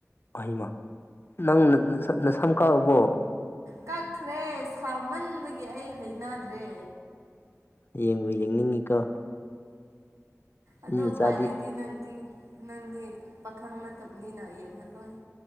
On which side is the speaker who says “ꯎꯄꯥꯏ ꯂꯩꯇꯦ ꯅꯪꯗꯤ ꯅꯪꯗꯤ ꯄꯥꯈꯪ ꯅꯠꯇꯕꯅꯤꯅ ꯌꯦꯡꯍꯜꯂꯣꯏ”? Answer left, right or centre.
Right